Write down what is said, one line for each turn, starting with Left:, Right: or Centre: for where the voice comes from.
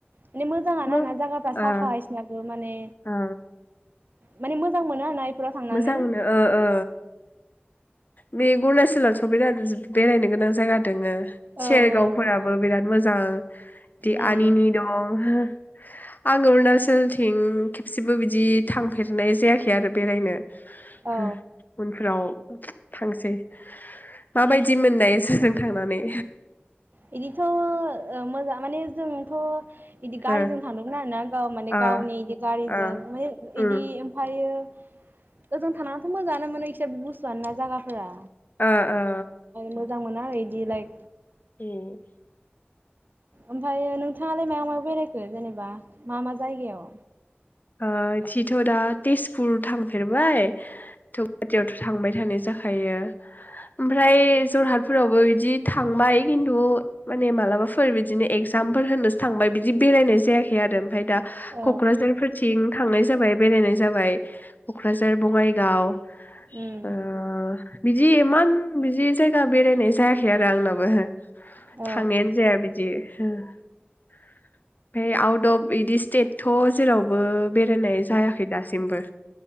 Right: माने मोजाङानो
Left: ओ
Right: आरोना जागाफ्रा साफा
Left: ओ
Right: इसिनाबो माने
Left: ओ
Right: माने मोजां मोनो आरोना। इफोराव थांनानै
Left: मोजां मोनो ओ ओ बे अरुणाचलावथ' बिराद जो बेरायनो गोनां जायगा दोङो।
Right: औ
Left: सेरगावफोराबो
Right: औ औ
Left: बिराद मोजां दि
Right: उम
Left: आनिनि दं। आं अरुणाचलथिं खेबसेबो बिदि थांफेरनाय जायाखै आरो बेरायनो।
Right: औ
Left: हो उनफ्राव थांसै माबायदि मोननाय सोरजों थांनानै?
Right: बिदिथ' ओ मोजां माने जोंथ' इदि गारिजों
Left: ओ
Right: थांदोंमोन आरोना गाव माने
Left: ओ
Right: गावनि इदि गारिजों
Left: ओ
Right: माने इदि
Left: उम
Right: ओमफायो ओजों थांनानैथ' मोजाङानो मोनो। जबो गुसुआनो ना जागाफोरा
Left: ओ ओ
Right: मोजां मोना आरो इदि लाइक
Left: <unintelligible>
Right: ओमफायो नोंथाङालाय मायाव मायाव बेरायखो जेनेबा मा मा जायगायाव?
Left: ओ इथिथ' दा तेजपुर थांफेरबाय थौवाटियावथ' थांबाय थांनाय जाखायो, ओमफ्राय जरहाटफोरावबो बिदि थांबाय खिन्थु माने मालाबाफोर बिदिनो एगजामफोर होनोसो थांबाय बिदि बेरायनाय जायाखै आरो ओमफ्राय दा
Right: औ
Left: क'क्राझारफोर थिं थांनाय जाबाय बेरायनाय जाबाय क'क्राझार बङाइगाव।
Right: उम्म
Left: ओ बिदि इमान बिदि जायगा बेरायनाय जायाखै आरो आंनाबो।
Right: औ
Left: थांनायानो जाया बिदि हो। ओमफाय आउट अफ इदि स्टेट थ' जेराव बो बो बेरायनाय जायाखै दासिमबो।